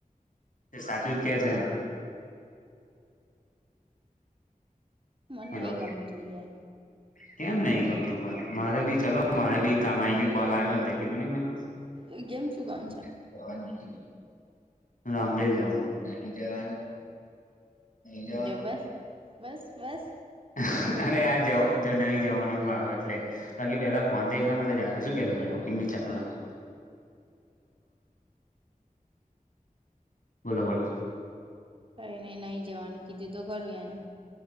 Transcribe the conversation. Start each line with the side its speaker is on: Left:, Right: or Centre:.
Left: સાચું જ કે છે ને,
Right: મને
Left: હલો
Right: નહી ગમતું એ
Left: કેમ નહિ, ગમતું પણ મારે બી ચલો મારે બી કામ ગયું કોલ આવ્યો કીધું ને મેં
Right: એ ગેમ શું કામ છે?
Left: <unintelligible> નહી જવાનું.
Right: જો બસ બસ બસ
Left: <inaudible> અરે આ જવા જો ન જવાની આવે એટલે. બાકી પેલા ફોન એટલા માટે જાણ શું કેું ત મિનટ ચાલુ રાખો. બોલો બોલો
Right: કઇ નહી નહી જવાનું કીધું તો ખરું એને.